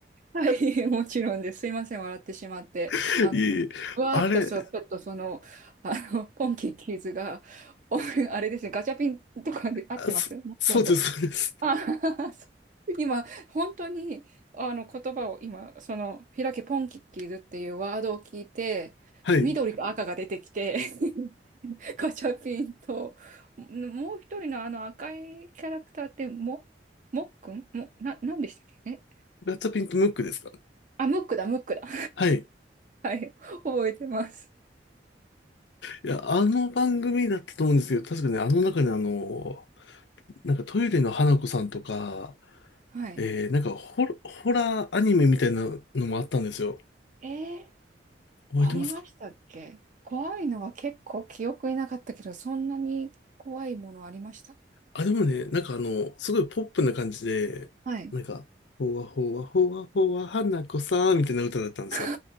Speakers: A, on the right; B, on the left.
A: はい、もちろんです。すいません、笑ってしまって。
B: <laughs>
A: あの、
B: いえいえ、
A: うわーっとそう、
B: あれ、
A: ちょっとその、あの、ポンキッキーズが、おあれですね、ガチャピンとかで合ってますもっくんと
B: あ、そ、そうです、そうです。
A: あ、<laughs> そう今、本当に、あの、言葉を今、その、開けポンキッキーズっていうワードを聞いて、
B: はい。
A: 緑と赤が出てきて、<laughs> ガチャピンと、もう一人のあの赤いキャラクターって、も、もっくんも、な、なんでしたっけえ
B: ガチャピンとムックですか
A: あ、ムックだ、ムックだ。<laughs>
B: はい。
A: はい、覚えてます。
B: いや、あの番組だったと思うんですけど、確かね、あの中にあの、なんかトイレの花子さんとか、
A: はい。
B: えー、なんかホロ、ホラーアニメみたいなのもあったんですよ。
A: えー、
B: 覚えてますか
A: ありましたっけ怖いのは結構記憶になかったけど、そんなに怖いものありました
B: あ、でもね、なんかあの、すごいポップな感じで、
A: はい。
B: なんか、ほわほわほわほわ花子さんみたいな歌だったんですよ。
A: <laughs>